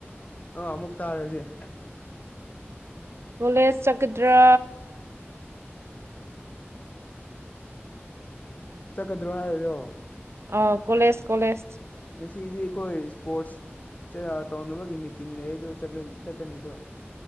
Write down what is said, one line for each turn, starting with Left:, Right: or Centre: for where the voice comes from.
Left: ꯑꯥ ꯑꯃꯨꯛ ꯇꯥꯔꯦ ꯍꯧꯖꯤꯛ
Right: ꯀꯣꯂꯦꯖ ꯆꯒꯗ꯭ꯔ
Left: ꯆꯠꯀꯗ꯭ꯔꯣ ꯍꯥꯏꯔꯤꯔꯣ
Right: ꯑꯣ ꯀꯣꯂꯦꯖ ꯀꯣꯂꯦꯖ
Left: ꯉꯁꯤꯗꯤꯈꯣꯏ ꯏꯁꯄꯣꯔꯠꯁ ꯇꯧꯅꯕꯒꯤ ꯃꯤꯇꯤꯡ ꯂꯩꯌꯦ ꯑꯗꯨ ꯆꯠꯀꯅꯤ ꯑꯗꯣ